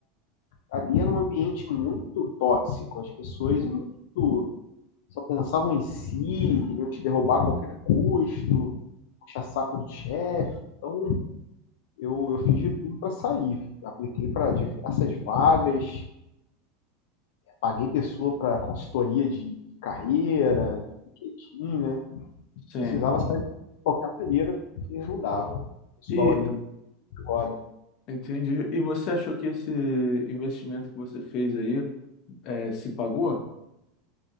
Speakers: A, on the left; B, on the left.
A: ali era um ambiente muito tóxico, as pessoas muito só pensavam em si, queriam te derrubar a qualquer custo, puxar saco do chefe. Então, eu, eu fiz de tudo para sair. Apliquei para diversas vagas, paguei pessoa para consultoria de carreira, de LinkedIn, né?
B: Sim.
A: Precisava sair de qualquer maneira, porque não dava. O pessoal
B: E
A: ali agora,
B: entendi. E você achou que esse investimento que você fez aí eh, se pagou?